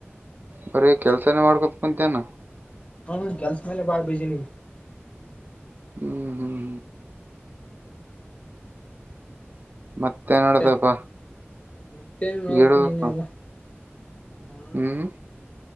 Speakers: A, on the right (about 45°); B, on the left (about 30°).
A: ಬರೀ ಕೆಲ್ಸಾನೇ ಮಾಡ್ಕೊಂತ ಕುಂತೇನಾ
B: ಹೂಂ ಕೆಲ್ಸದ್ ಮೇಲೆ ಬಾಳ್ ಬಿಜಿ ನೀ
A: ಹ್ಮ್ ಹ್ಮ್ ಮತ್ತೇನ್
B: ಮತ್ತೆ
A: ನಡ್ತಪ್ಪ
B: ಮತ್ತೇನ್ ನೋಡ್ಬೇಕು
A: ಹೇಳ್ಬೇಕ
B: ನೀನೆ ಎಲ್ಲ ಹಾ
A: ಹ್ಮ್